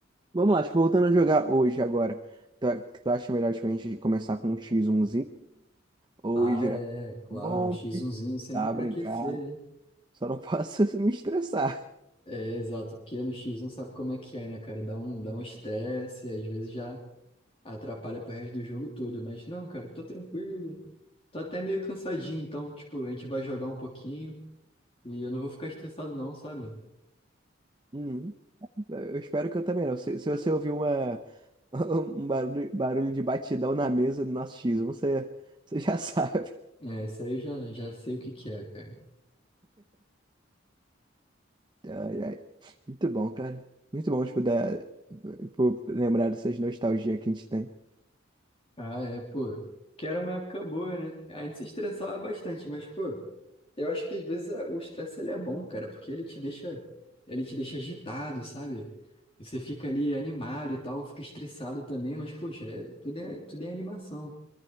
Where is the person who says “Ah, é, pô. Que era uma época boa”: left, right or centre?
Left